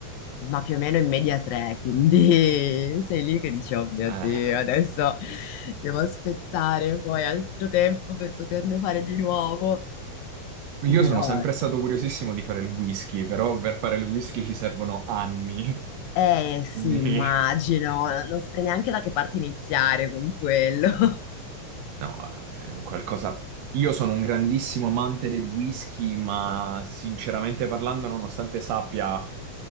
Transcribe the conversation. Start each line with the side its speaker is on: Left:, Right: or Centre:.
Left: ma più o meno in media tre, quindi <laughs> sei lì che dici, oh mio
Right: Eh,
Left: Dio, adesso devo aspettare poi altro tempo per poterne fare di nuovo.
Right: Io
Left: Però,
Right: sono sempre stato curiosissimo di fare il whisky, però per fare il whisky ci servono anni,
Left: eh
Right: <laughs>
Left: sì,
Right: quindi
Left: immagino, non saprei neanche da che parte iniziare con quello.
Right: No, è un qualcosa. Io sono un grandissimo amante del whisky, ma sinceramente parlando, nonostante sappia